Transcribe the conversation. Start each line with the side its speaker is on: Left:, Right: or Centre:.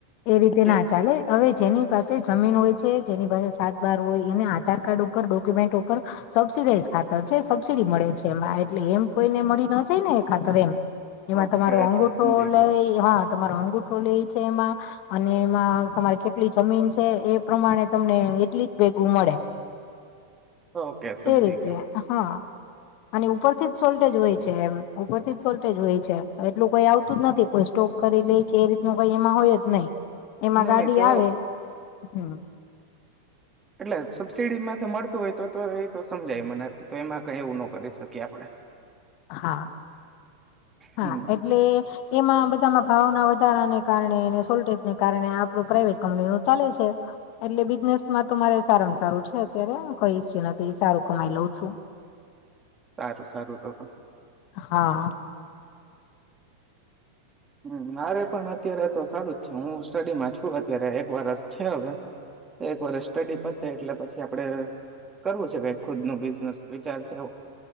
Left: એ રીતે
Right: કેમ
Left: ના ચાલે હવે જેની પાસે જમીન હોય છે જેની પાસે સાત બાર હોય એને આધાર કાર્ડ ઉપર ડોક્યુમેન્ટ ઉપર સબસડાઈઝ ખાતર છે સબસિડી મળે છે એ એટલે એમ કોઈને મળી ન જાય ને એ ખાતર એમ એમાં
Right: ઓકે
Left: તમારો
Right: અચ્છા
Left: અંગુઠો
Right: સમજી
Left: લઈ
Right: ગયો
Left: હા તમારો અંગૂઠો લે છે એમાં અને એમાં તમારી કેટલી જમીન છે એ પ્રમાણે તમને એટલી જ ભેગું મળે
Right: ઓકે સમજી
Left: એ રીતે
Right: ગયો
Left: હા અને ઉપરથી જ સોલ્ટેજ હોય છે એમ ઉપરથી જ સોલ્ટ હોય છે એટલું કોઈ આવતું જ નથી કોઈ સ્ટોક કરી લ કે એ વહીમા હોય જ નહી એમાં
Right: નઈ
Left: ગાડી
Right: નહી તો
Left: આવે હમ
Right: એટલે સબસીિડી માંથી મળતું હોય તો તો એતો સમજાય મને તો એમાં કઈ એવું ન કરી શકીએ આપડણે
Left: હા
Right: હમ
Left: હા એટલે એમાં બધામાં ભાવના વધારાને કારણે સોલ્ટેજને કારણે આપણું પ્રાઈવેટ કંપની નું ચાલે છે એટલે બિઝનેસમાં તો મારે સારું ને સારું છે અત્યારે કઈ ઈસ્યુ નથી સારું કમાઈ લઉં છું
Right: સારું સારું તો
Left: હા
Right: હમ્મ મારે પણ અત્યારે તો સારું જ છે હું સ્ટડીમાં છું અત્યારે એક વરસ છે હવે. એક વરષ સ્ટડી પતે એટલે પછી આપડે કરવું છે કે ખુદ નું બિઝનેસ વિચાર છે આવું.